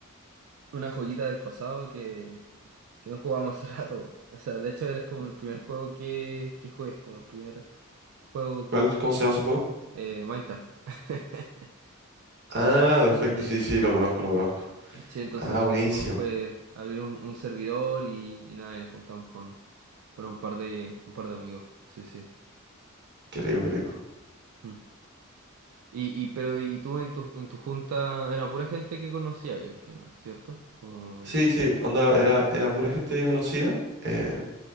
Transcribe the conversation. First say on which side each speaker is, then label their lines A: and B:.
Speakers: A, on the right; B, on the right.
A: una joyita del pasado que, que no jugábamos hace <laughs> rato. O sea, de hecho eres como el primer juego que, que jugué, como el primer juego
B: ¿cuál? ¿Cómo se llama ese juego?
A: eh, Minecraft. <laughs>
B: Ah, perfecto,
A: Sí.
B: sí, sí, lo conozco, lo conozco.
A: Sí, entonces
B: Ah,
A: lo
B: buenísimo,
A: que hicimos fue abrir un, un servidor y, y nada, y nos juntamos con, con un par de, un par de amigos. Sí, sí.
B: qué rico, qué rico.
A: Mm. Y, y pero y tú en tu en tu junta era pura gente que conocía ahí al final, ¿cierto? Como
B: Sí, sí, onda, era, era pura gente que conocía. eh,